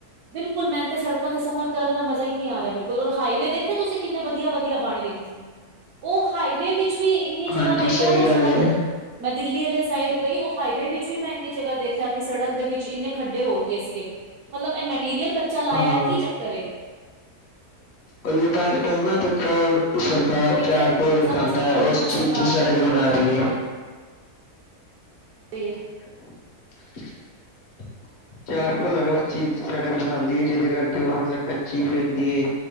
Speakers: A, on the right (about 75°); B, on the left (about 55°).
A: ਬਿਲਕੁਲ, ਮੈਨ 'ਤੇ ਸੜਕਾ 'ਤੇ ਸਫਰ ਕਰਨ ਦਾ ਮਜ਼ਾ ਈ ਨੀ ਆ ਰੇਆ, ਬਿਲਕੁਲ, ਹਾਈਵੇ ਦੇਖੇ ਤੁਸੀਂ ਕਿੰਨੇ ਵਦੀਆ-ਵਦੀਆ ਬਨ ਗਏ। ਉਹ ਹਾਈਵੇ ਵਿੱਚ ਵੀ ਇੰਨੀ ਜਗ੍ਹਾ
B: ਹਾਂਜੀ,
A: ਦੇਖਿਆ
B: ਸਹੀ
A: ਮੈਂ
B: ਗੱਲ
A: ਸੜਕ
B: ਏ।
A: ਮੈਂ ਦਿੱਲੀ ਆਲੀ ਸਾਈਡ ਗਈ, ਉਹ ਹਾਈਵੇ ਵਿੱਚ ਵੀ ਮੈਂ ਇੰਨੀ ਜਗ੍ਹਾ ਦੇਖਿਆ ਕਿ ਸੜਕ ਦੇ ਵਿੱਚ ਇੰਨੇ ਖੱਡੇ ਹੋ ਗਏ ਸੀਗੇ, ਮਤਲਬ ਐਹ ਮੈਟੀਰੀਅਲ ਕੱਚਾ ਲਾਇਆ,
B: ਹਾਂ
A: ਕੀ ਚੱਕਰ ਏ?
B: ਓਈ ਓ ਤਾਂ ਅੱਜ-ਕੱਲ੍ਹ ਨਾ ਦੇਖੋ, ਘਰ
A: ਉਹੀ
B: ਚਾਰ
A: ਤੇ
B: ਕੋਲੇ
A: ਸਮਝ
B: ਖਾਂਦੈ,
A: ਨਹੀਂ ਆਉਂਦੀ
B: ਉਸ
A: ਨਾ
B: ਚੀਜ਼
A: ਸਰਕਾਰ
B: ਦੀ ਸੜਕ
A: ਤੇ ਆਪਣੀ
B: ਬਨਾ
A: ਵੱਲੋਂ ਇੰਨੀ
B: ਰੀ ਏ।
A: ਡੀ, ਏ।
B: <inaudible> ਚਾਰ ਘੋਲੇ ਕਰ ਚੀਜ਼ ਸੜਕ ਬਨਾਂਦੀ ਏ, ਜਿਦੇ ਕਰਕੇ ਉਹ ਮਤਲਬ ਕੱਚੀ ਵੀ ਹੁੰਦੀ ਏ।